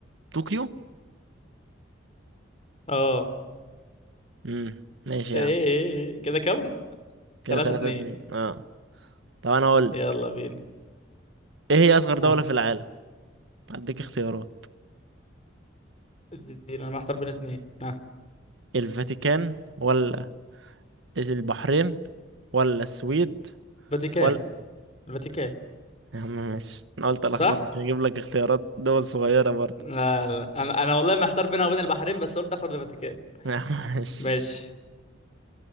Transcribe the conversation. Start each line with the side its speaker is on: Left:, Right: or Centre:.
Right: طوكيو
Left: اه
Right: امم ماشي
Left: ايه
Right: يا عم
Left: إيه، إيه. إيه. كده كم
Right: كده
Left: تلاتة
Right: تلاتة
Left: اتنين
Right: اتنين اه طب انا هقول
Left: يلا بينا
Right: ايه هي اصغر دولة
Left: ها
Right: في العالم هديك اختيارات
Left: ادينا انا محتار بين اتنين ها
Right: الفاتيكان ولا البحرين ولا السويد
Left: فاتيكان
Right: ولا
Left: الفاتيكان
Right: يا عم ماشي انا قلت الخبطك
Left: صح
Right: هجيب لك اختيارات دول صغيرة برضه
Left: لا, لا. انا انا والله محتار بينها وبين البحرين بس قلت اخد الفاتيكان
Right: <laughs> يا عم ماشي
Left: ماشي